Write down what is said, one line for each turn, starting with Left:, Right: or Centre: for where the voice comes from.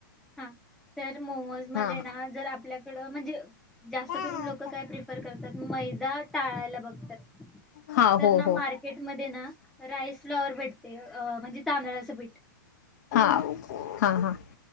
Centre: हा. तर मोमोज मध्ये
Left: हा
Centre: ना जर आपल्या कड म्हणजे जास्त
Left: हा
Centre: करून लोक काय प्रिफर करतात मैं दा टाळायला <unintelligible> बगतात.
Left: हा
Centre: तर
Left: हो
Centre: ना
Left: हो
Centre: मार्केट मध्ये ना, राईसफ्लावर भेटते अं म्हणजे तांदळाचे वेट
Left: हा <inaudible> हा हा.